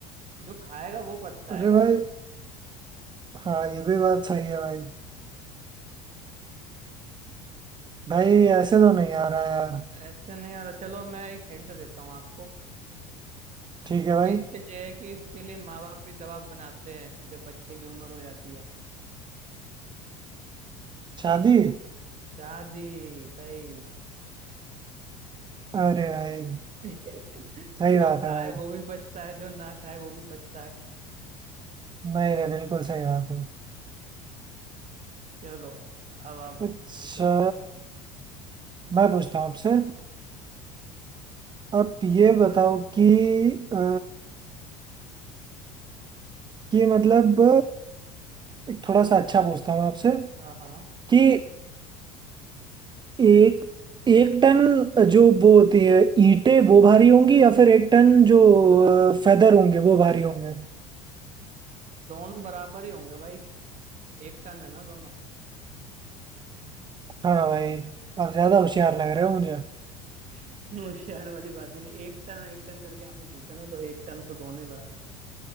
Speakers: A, on the right (about 40°); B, on the right (about 25°).
A: जो खाएगा वो पछताएगा
B: अरे
A: ना
B: भाई हाँ ये भी बात सही है भाई भाई ऐसे तो नहीं आ रहा यार
A: ऐसे नहीं अरे चलो मैं एक हिंट देता हूँ आपको
B: ठीक है भाई
A: हिंट जो है कि इसके लिए माँ बाप भी दबाव बनाते हैं जब बच्चे की उम्र हो जाती है
B: शादी
A: शादी सही
B: अरे भाई
A: <laughs>
B: सही
A: जो
B: बात
A: खाए
B: है भाई
A: वो भी पछता है जो ना खाए वो भी पछता है
B: नहीं नहीं बिल्कुल सही बात है
A: चलो अब आप
B: अच्छा
A: पूछो
B: मैं पूछता हूँ आपसे आप ये बताओ कि अ, कि मतलब एक थोड़ा सा अच्छा पूछता हूँ आपसे
A: हाँ हाँ
B: कि एक एक टन जो वो होती है ईंटें वो भारी होंगी या फिर एक टन जो फेदर होंगे वो भारी होंगे
A: दोनों बराबर ही होंगे भाई एक टन है ना दोनों
B: हाँ भाई आप ज्यादा होशियार लग रहे हो मुझे
A: <laughs> होशियार वाली बात ही नहीं एक टन एक टन करके आपने पूछा ना तो एक टन तो दोनों ही बराबर है